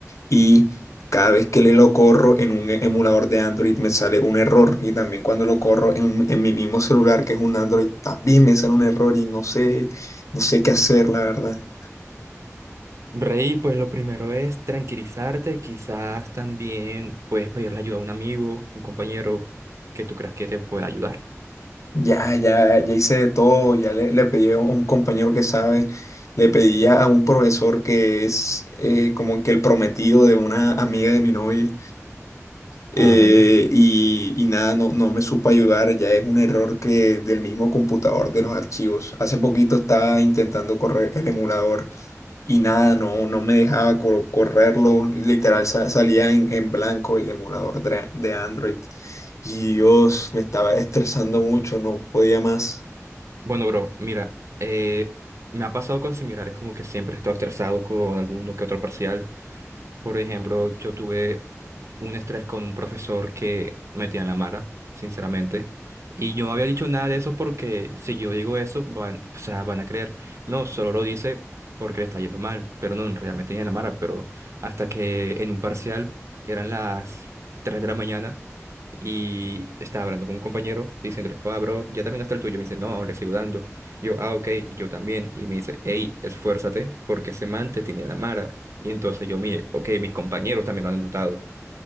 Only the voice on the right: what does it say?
Rey, pues lo primero es tranquilizarte, quizás también puedes pedirle ayuda a un amigo, un compañero que tú creas que te pueda ayudar.
Ah, vaya.
Bueno, bro, mira, eh, me ha pasado cosas similares, como que siempre he estado estresado con alguno que otro parcial. Por ejemplo, yo tuve un estrés con un profesor que metía en la mara, sinceramente. Y yo no había dicho nada de eso porque si yo digo eso, van, o sea, van a creer. No, solo lo dice porque le está yendo mal, pero no, en realidad me tenía en la mara. Pero hasta que en un parcial eran las 3 de la mañana. Y estaba hablando con un compañero diciendo, ah, bro, ya terminaste el tuyo. Me dice, no, aún le sigo dando. Yo, ah, ok, y yo también. Y me dice, hey, esfuérzate porque ese man te tiene la mara. Y entonces yo, mire, ok, mis compañeros también lo han notado.